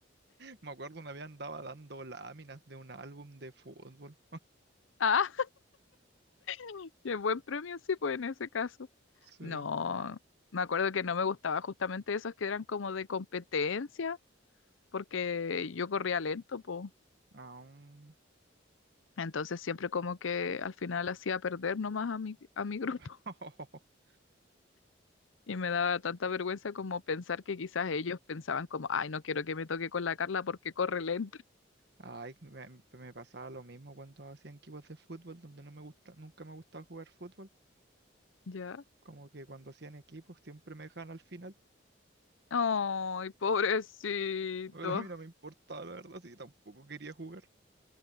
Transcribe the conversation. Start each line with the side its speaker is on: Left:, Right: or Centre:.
Right: Me acuerdo una vez andaba dando láminas de un álbum de fútbol.
Left: Ah, <laughs> qué buen premio, sí, pues en ese caso.
Right: Sí.
Left: No, me acuerdo que no me gustaba justamente esos que eran como de competencia, porque yo corría lento, pues.
Right: Ah,
Left: Entonces siempre como que al final hacía perder nomás a mi, a mi <laughs> grupo.
Right: <laughs>
Left: Y me daba tanta vergüenza como pensar que quizás ellos pensaban como, ay, no quiero que me toque con la Carla porque corre lento. <laughs>
Right: Ay, me, me pasaba lo mismo cuando hacían equipos de fútbol, donde no me gusta, nunca me ha gustado jugar fútbol.
Left: ¿Ya?
Right: Como que cuando hacían equipos siempre me dejaban al final,
Left: Ay, pobrecito.
Right: pero a mí no me importaba, la verdad, si tampoco quería jugar.